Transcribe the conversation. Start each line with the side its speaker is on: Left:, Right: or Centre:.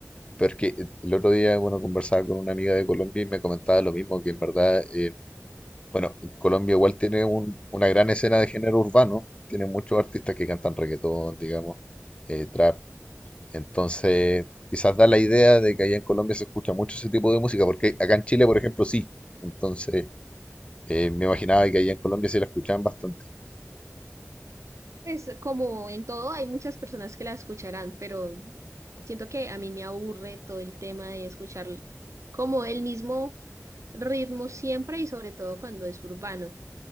Left: Pero es que el otro día, bueno, conversaba con una amiga de Colombia y me comentaba lo mismo, que en verdad... en Bueno, Colombia igual tiene un- una gran escena de género urbano, tiene muchos artistas que cantan reggaetón, digamos, eh, trap, entonces quizás da la idea de que allá en Colombia se escucha mucho ese tipo de música, porque acá en Chile, por ejemplo, sí, entonces eh, me imaginaba que allá en Colombia se la escuchaban bastante.
Right: Pues como en todo, hay muchas personas que la escucharán, pero siento que a mí me aburre todo el tema de escuchar como el mismo ritmo siempre y sobre todo cuando es urbano.